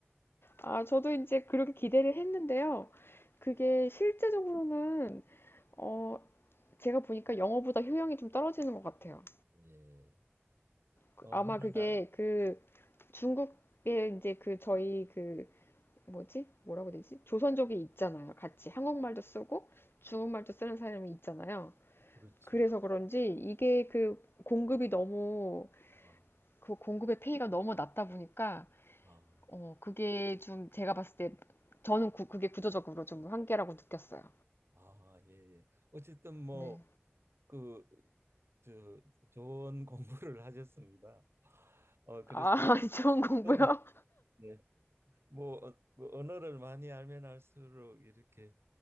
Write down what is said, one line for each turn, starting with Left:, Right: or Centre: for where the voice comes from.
Left: 아, 저도 이제 그렇게 기대를 했는데요. 그게 실제적으로는, 어, 제가 보니까 영어보다 효용이 좀 떨어지는 것 같아요.
Right: 예,
Left: 그-
Right: 어
Left: 아마
Right: 하나
Left: 그게 그 중국의 이제 그 저희 그 뭐지? 뭐라고 해야 되지? 조선족이 있잖아요. 같이 한국말도 쓰고 중국말도 쓰는 사람이 있잖아요.
Right: 그렇죠.
Left: 그래서 그런지 이게 그 공급이 너무
Right: 어,
Left: 그 공급의 페이가 너무 낮다 보니까
Right: 어.
Left: 어, 그게 좀 제가 봤을 때 저는 구- 그게 구조적으로 좀 한계라고 느꼈어요.
Right: 아, 예, 예. 어쨌든 뭐
Left: 네.
Right: 그 저 좋은 공부를 <laughs> 하셨습니다. 어 그래서
Left: 아, <laughs> 좋은 공부요?
Right: 저는 예, 뭐, 어, 뭐 언어를 많이 알면 알수록 이렇게